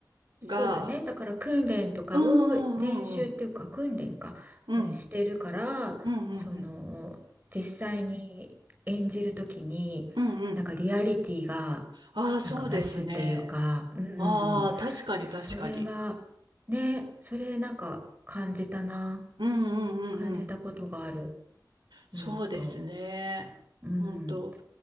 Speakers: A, on the right; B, on the right.
A: が、
B: そうだね。だから訓練とかを練習っていうか訓練か、
A: うんうんうんうん
B: うんしてるから、
A: うんうんうん
B: その実際に演じるときに、
A: うんうん。
B: なんかリアリティが
A: ああ、そうですね。
B: なんか増すっていうか、うんうんうん。
A: ああ、確かに確かに。
B: それはね、それなんか感じたな。
A: うんうんうんうん。
B: 感じたことがある。
A: そうですね。
B: うんと。うん。
A: 本当。